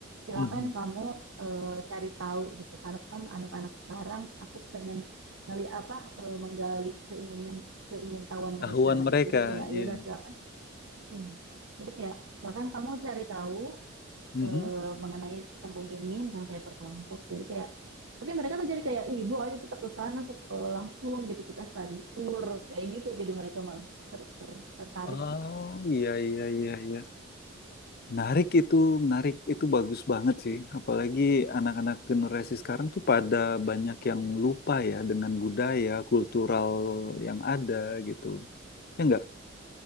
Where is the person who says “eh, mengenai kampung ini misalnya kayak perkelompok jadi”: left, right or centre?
Right